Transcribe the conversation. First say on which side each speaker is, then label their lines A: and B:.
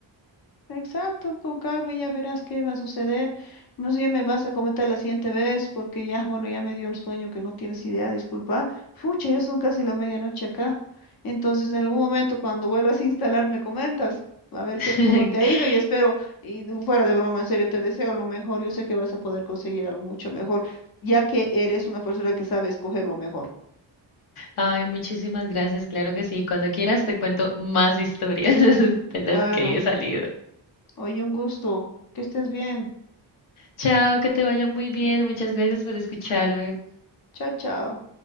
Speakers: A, on the left; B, on the left.
A: Exacto, con calma ya verás qué va a suceder. Más bien me vas a comentar la siguiente vez porque ya, bueno, ya me dio el sueño que no tienes idea, disculpa. Fucha, ya son casi la medianoche acá. Entonces, en algún momento cuando vuelvas a instalar me comentas. A ver
B: <laughs>
A: qué, cómo te ha ido y espero, y no, fuera de broma, en serio, te deseo lo mejor. Yo sé que vas a poder conseguir algo mucho mejor, ya que eres una persona que sabe escoger lo mejor.
B: Ay, muchísimas gracias, claro que sí. Cuando quieras te cuento más historias <laughs> de las
A: Claro.
B: que he salido.
A: Oye, un gusto. Que estés bien.
B: Chao, que te vaya muy bien. Muchas gracias por escucharme.
A: Chao, chao.